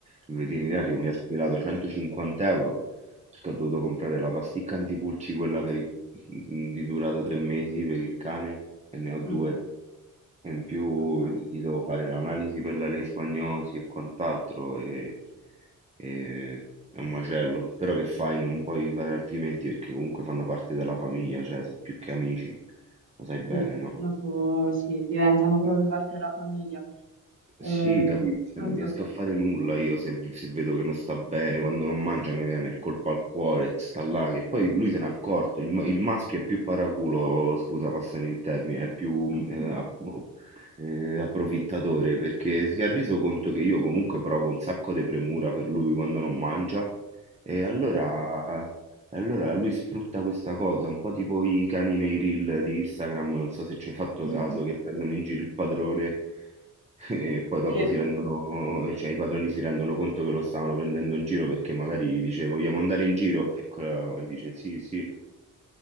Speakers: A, on the right; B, on the right.
A: Il veterinario mi ha sfilato 150 euro perché ho dovuto comprare la pasticca antipulci, quella per il- di durata tre mesi per il cane, e ne ho due.
B: Mm,
A: E in più
B: capirai.
A: gli devo fare l'analisi per la leishmaniosi e quant'altro e, e è un macello. Però che fai? Non puoi fare altrimenti perché comunque fanno parte della famiglia, cioè sono più che amici, lo sai bene,
B: sì,
A: no?
B: dopo sì, diventano proprio parte della famiglia. Eh,
A: Sì, capito, cioè
B: tanto...
A: non riesco a fare nulla io se, v- se vedo che non sta bene, quando non mangia mi viene il colpo al cuore, sta là, che poi lui se n'è accorto, il, ma- il maschio è più paraculo, scusa, passami il termine, è più
B: <laughs>
A: eh, app- eh, approfittatore, perché si è reso conto che io comunque provo un sacco di premura per lui quando non mangia, e allora e allora lui sfrutta questa cosa, un po' tipo i cani nei reel di Instagram, non so se ci hai fatto
B: Mhm.
A: caso, che prendono in giro il padrone <laughs> e poi dopo
B: Sì,
A: si rendono, cioè i padroni si rendono conto che lo stavano prendendo in giro perché magari gli dice vogliamo andare in giro e quello gli dice sì, sì,